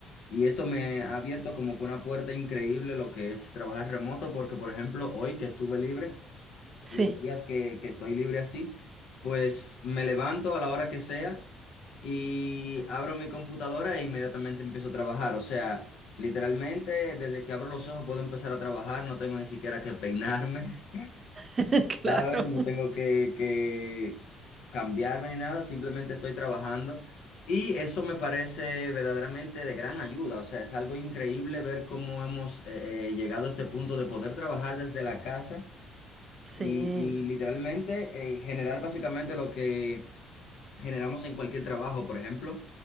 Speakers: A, on the left; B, on the right.
A: Y esto me ha abierto como que una puerta increíble lo que es trabajar remoto, porque por ejemplo, hoy que estuve libre
B: Sí,
A: y los días que, que estoy libre así, pues me levanto a la hora que sea y abro mi computadora e inmediatamente empiezo a trabajar. O sea, literalmente desde que abro los ojos puedo empezar a trabajar, no tengo ni siquiera que peinarme.
B: <laughs> claro.
A: ¿sabes? No tengo que, que cambiarme ni nada, simplemente estoy trabajando. Y eso me parece verdaderamente de gran ayuda, o sea, es algo increíble ver cómo hemos eh, eh, llegado a este punto de poder trabajar desde la casa
B: Sí,
A: y, y literalmente eh, generar básicamente lo que generamos en cualquier trabajo. Por ejemplo,